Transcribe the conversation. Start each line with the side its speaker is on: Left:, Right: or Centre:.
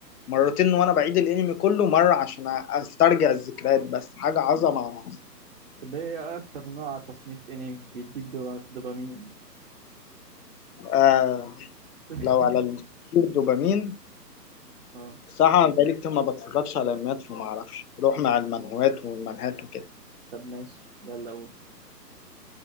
Left: مرتين وانا بعيد الانمي كله مره عشان استرجع الذكريات بس حاجه عظمه على عظمه
Right: طب ايه اكتر نوع تصنيف انمي بيديك دو- دوبامين
Left: آه
Right: <laughs>
Left: لو على الدوبامين
Right: اه
Left: صراحه بقالي كتير ما بتفرجش على المات فما اعرفش بروح مع المنهوات والمنهات وكده
Right: طب ماشي يلا قول